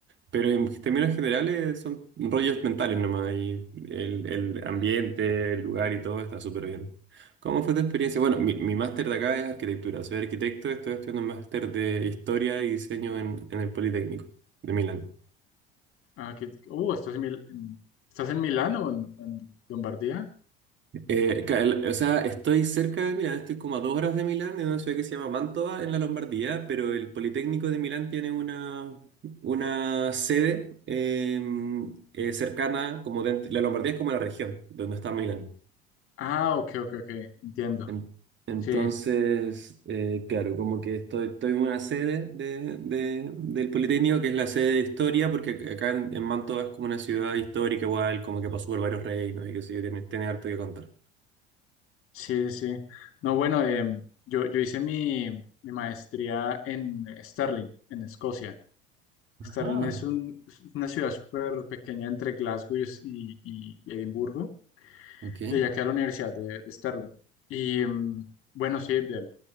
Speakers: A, on the right; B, on the left.
A: Pero en términos generales son rollos mentales nomás y el, el ambiente, el lugar y todo está súper bien. ¿Cómo fue tu experiencia? Bueno, mi, mi máster de acá es arquitectura, soy arquitecto, estoy estudiando un máster de historia y diseño en, en el Politécnico de Milán.
B: Ah, que, oh, ¿estás en, Mil- en- ¿estás en Milán o en, en Lombardía?
A: Eh, ca- el- o sea, estoy cerca de Milán, estoy como a dos horas de Milán, en una ciudad que se llama Mantova, en la Lombardía, pero el Politécnico de Milán tiene una, una sede eh, eh, cercana, como dentro- la Lombardía es como la región donde está Milán.
B: Ah, ok, ok, ok, entiendo.
A: En- Entonces,
B: Sí,
A: eh, claro, como que estoy, estoy en una sede de, de- del Politécnico, que es la sede de historia, porque ac- acá en, en Mantua es como una ciudad histórica igual, como que pasó por varios reinos y qué sé yo, tiene, tiene harto que contar.
B: sí, sí. No, bueno, em, yo, yo hice mi, mi maestría en Stirling, en Escocia.
A: Ajá,
B: Stirling es un- es una ciudad súper pequeña entre Glasgow y, y- y Edimburgo,
A: ok.
B: y allá queda la Universidad de, de Stirling. Y mm, bueno, sí, de-